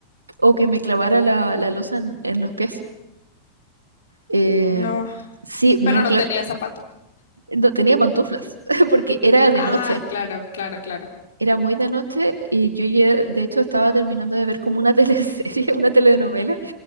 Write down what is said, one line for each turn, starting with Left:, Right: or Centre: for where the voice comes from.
Right: o que me clavara la, la losa en, en los pies. Eh,
Left: No,
Right: sí, no,
Left: pero no
Right: claro,
Left: tenía zapato.
Right: no tenía pantuflas, <laughs> porque era de
Left: Ah,
Right: noche.
Left: claro, claro, claro.
Right: Era muy de noche y yo ya- de hecho estaba terminando de ver como una teleserie, <laughs> una telenovela,